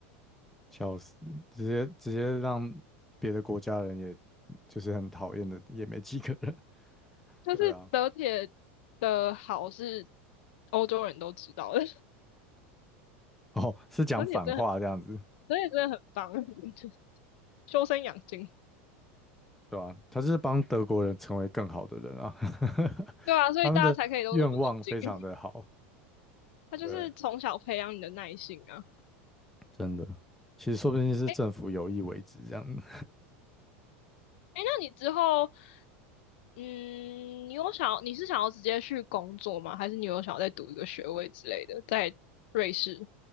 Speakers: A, in the centre; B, on the left.
A: 笑死，直接直接让别的国家人也就是很讨厌的，也没几个人。
B: 就是德铁的好是
A: 对啊，
B: 欧洲人都知道的，
A: 哦，是讲反话这样子，
B: 德铁真的很，德铁真的很棒。<laughs> 修身养精。
A: 对吧、他就是帮德国人成为更好的人啊，<laughs>
B: 对啊，所以大家才可以都那么冷静。
A: 他们的愿望非常的好，
B: <laughs> 他就是从小培养你的耐性啊。
A: 对，真的。其实说不定是政府有意为之这样子，
B: 哎欸哎，欸那你之后，嗯，你有想你是想要直接去工作吗？还是你有想要再读一个学位之类的，在瑞士？